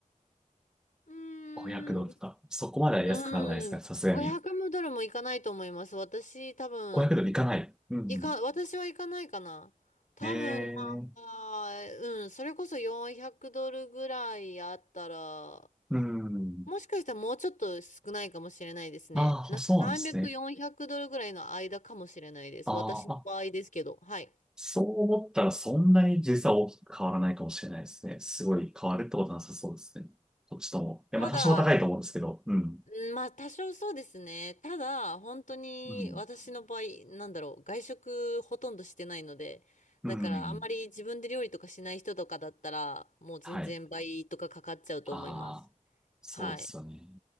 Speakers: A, on the left; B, in the centre.
A: うーん、
B: 500ドルとか、そこまでは安くならないですかさすがに。
A: うーん、500ドルもいかないと思います。私、多分、
B: 500ドルいかない。うん。
A: いか、私はいかないかな。多分、
B: ええ、
A: まあ、うん、それこそ400ドルぐらいあったら、
B: うん。
A: もしかしたらもうちょっと少ないかもしれないですね。
B: ああ、
A: なんか300、
B: そうなんですね。
A: 400ドルぐらいの間かもしれないです。
B: あーあ、
A: 私の場合ですけど。はい。
B: そう思ったらそんなに実は大きく変わらないかもしれないですね。すごい変わるってことなさそうですね。どっちとも。いや、
A: ただ、
B: まあ多少高いと思うんですけど。うん。
A: うんまあ多少そうですね。ただ、本当に私の場合、
B: うん。
A: なんだろう、外食ほとんどしてないので、
B: うん
A: だからあんまり自分で料理とかしない人とかだったら、もう全然倍とかかかっちゃうと思います。
B: はい。ああ、そうですよね。
A: はい。